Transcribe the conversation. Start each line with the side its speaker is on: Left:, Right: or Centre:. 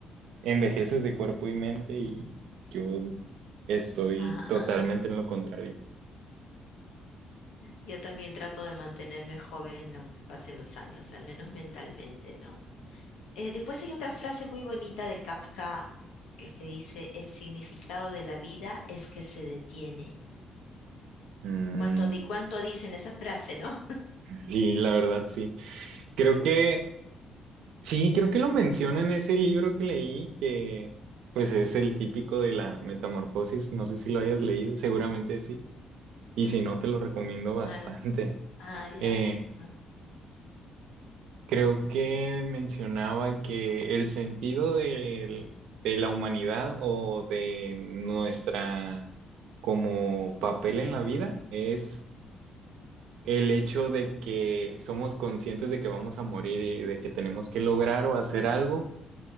Right: envejeces de cuerpo y mente, y yo estoy
Left: <laughs>
Right: totalmente en lo contrario.
Left: Yo también trato de mantenerme joven aunque pasen los años, al menos mentalmente, ¿no? Eh, después hay otra frase muy bonita de Kafka, el que dice, el significado de la vida es que se detiene.
Right: Mm,
Left: ¿Cuánto, di- cuánto dicen esa frase, no?
Right: sí, la verdad, sí. Creo que, sí, creo que lo menciona en ese libro que leí, que pues es el típico de la metamorfosis. No sé si lo hayas leído, seguramente sí. Y si no, te lo recomiendo
Left: No,
Right: bastante.
Left: no, no. Ah, ya.
Right: Eh,
Left: No.
Right: creo que mencionaba que el sentido del- de la humanidad o de nuestra como papel en la vida es el hecho de que somos conscientes de que vamos a morir y de que tenemos que lograr o hacer algo